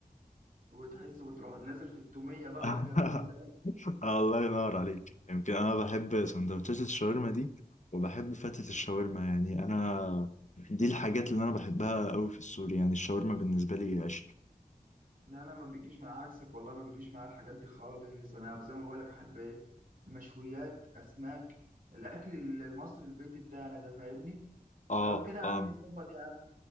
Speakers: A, on the right; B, on the left.
A: وتحس وتروح نازل في التومية بقى
B: <laughs>
A: والكلام من ده
B: الله ينور عليك يمكن انا بحب سندوتشات الشاورما دي وبحب فتة الشاورما يعني انا دي الحاجات اللي انا بحبها قوي في السوري يعني الشاورما بالنسبة لي عشق
A: لا انا ما بيجيش من عكسك والله ما بيجيش معايا الحاجات دي خالص انا زي ما بقول لك احب ايه مشويات اسماك الاكل المصري البيتي بتاعنا ده فاهمني
B: اه
A: فلو كده يا
B: طبعا
A: عم نظبط يا عم